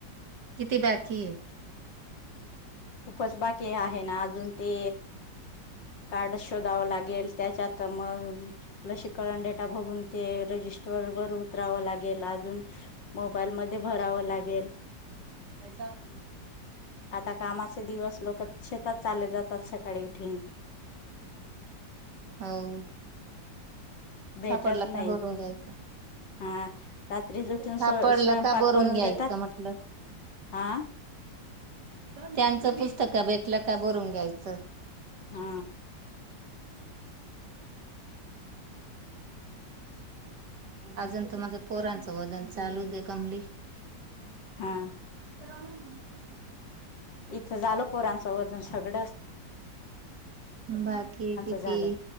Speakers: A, on the right; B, on the left.
A: किती बाकी ये
B: खूपच बाकी आहे ना अजून ते कार्ड शोधावं लागेल त्याच्यात मग लसीकरण डेटा बघून ते रजिस्टर वर उतरावं लागेल अजून मोबाईल मध्ये भरावं लागेल
A: वैसा आप
B: आता कामाचे दिवस लोक शेतात चालले जातात सकाळी उठून
A: हो
B: भेटत
A: सापडला
B: नाही
A: का भरून घ्यायचं
B: हा रात्रीच उठून
A: सापडलं
B: स्व स्वयंपाक
A: का भरून
B: करून
A: घ्यायचं
B: देतात
A: म्हटलं
B: हा
A: त्यांचं पुस्तक भेटलं का बरून घ्यायचं
B: हा
A: अजून तर माझं पोरांचं वजन चालू दे कमली
B: हा
A: <unintelligible>
B: इथं झाल पोरांचं वजन सगळंच
A: बाकी किती
B: झालं